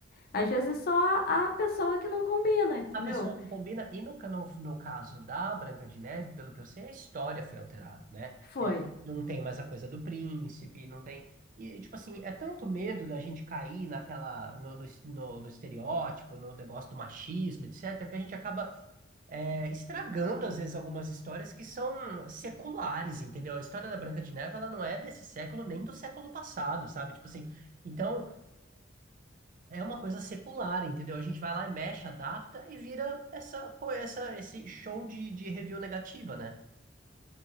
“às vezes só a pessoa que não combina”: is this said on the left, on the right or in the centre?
Left